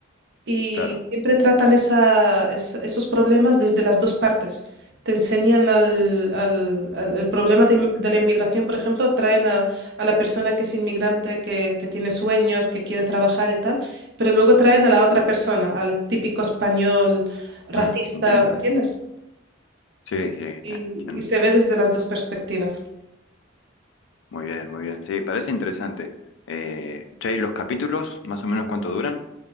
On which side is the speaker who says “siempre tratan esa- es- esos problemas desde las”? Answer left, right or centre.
Right